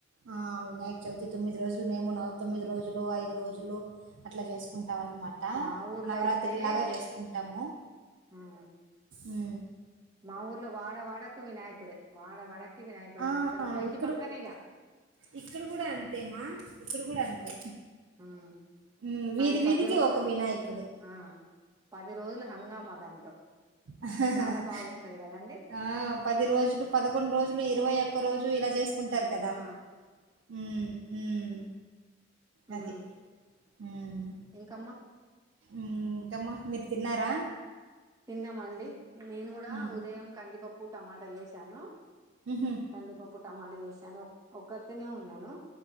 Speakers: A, on the right; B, on the right.
A: ఆ! వినాయక చవితి తొమ్మిది రోజులు మేము నవ తమ్మిది రోజులు ఐదు రోజులు అట్లా చేసుకుంటాము టానమాట
B: మా ఊర్లో
A: నవరాత్రులాగా
B: అయితే గ-
A: చేసుకుంటాము
B: ఉమ్
A: అ
B: మా ఊర్లో వాడ వాడకు వినాయకుడే వాడ వాడకు వినాయకుడ
A: ఆ!
B: పెడతారు మా ఇంటి
A: ఇక్కడ
B: పక్కనేగా
A: ఇక్కడ కూడా అంతేమా ఇక్కడ కూడా అంతే
B: ఉమ్
A: హ్మ్. వీధి
B: అది
A: వీధికి
B: పది రోజులు
A: ఒక వినాయకుడు.
B: ఆ పది రోజులు హంగామా దాంతో
A: అహహా
B: చాలా బాగుంటది కదండి
A: ఆ పది రోజులు పదకొండు రోజులు ఇరవై ఒక్క రోజు ఇలా చేస్ అనుకుంటారు కదా
B: ఆ
A: ఉమ్ హ్మ్
B: ఆహ్
A: అది. హ్మ్.
B: ఇంకమ్మా
A: ఇంకమ్మా మీరు తిన్నారా
B: తిన్నామండి నేను కూడా
A: హ్మ్.
B: ఉదయం కందిపప్పు టమాటా చేసాను
A: హుహు.
B: కందిపప్పు టమాట చేసాను ఒక్కరితినే ఉన్నాను